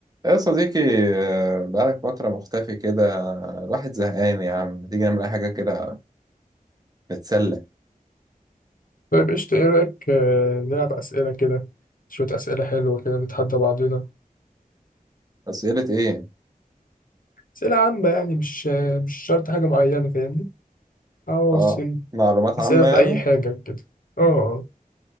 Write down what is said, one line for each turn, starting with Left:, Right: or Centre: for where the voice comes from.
Right: يا صديقي آه، بقالك فترة مختفي كده الواحد زهقان يا عم ما تيجي نعمل أي حاجة كده نتسلى
Left: طيب قشطة إيه رأيك آه، نلعب أسئلة كده شوية أسئلة حلوة كده نتحدى بعضنا
Right: أسئلة إيه؟
Left: أسئلة عامة يعني مش آه، مش شرط حاجة معينة فاهمني عواصم
Right: آه معلومات
Left: أسئلة
Right: عامة
Left: في
Right: يعني؟
Left: أي حاجة كده أه آه،